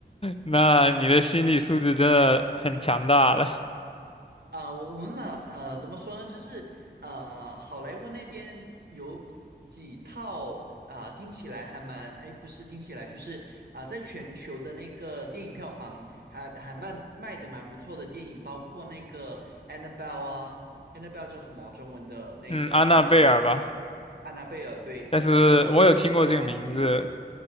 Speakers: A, on the left; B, on the right.
A: 那你的心理素质真的很强大了。
B: 啊、我我们嘛，呃，怎么说呢？就是呃，好莱坞那边有几套啊、听起来还蛮，哎，不是听起来，就是啊、在全球的那个电影票房还还蛮卖的蛮不错的电影，包括那个 Annabelle 啊，Annabelle 叫什么中文的那个名字？
A: 嗯，安娜贝尔吧，
B: 安娜贝尔，对，
A: 但是我有听过这个名字
B: 就是一个鬼 <laughs> 玩具。